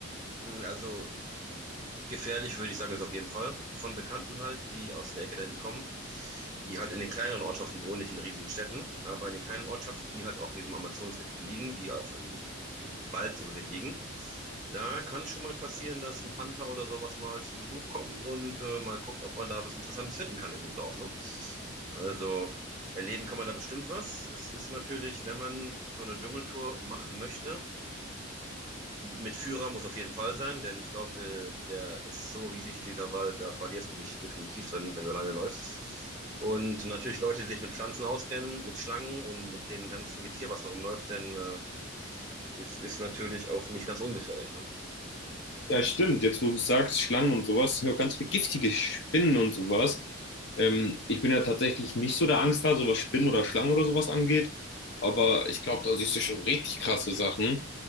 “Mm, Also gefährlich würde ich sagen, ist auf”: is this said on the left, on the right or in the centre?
Right